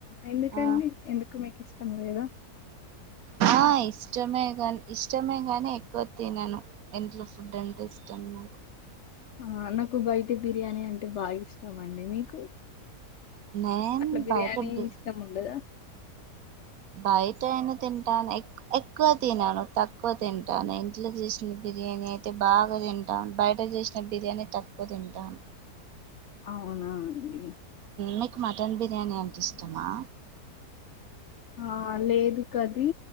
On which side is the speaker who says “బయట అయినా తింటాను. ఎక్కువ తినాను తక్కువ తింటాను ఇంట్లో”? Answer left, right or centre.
Right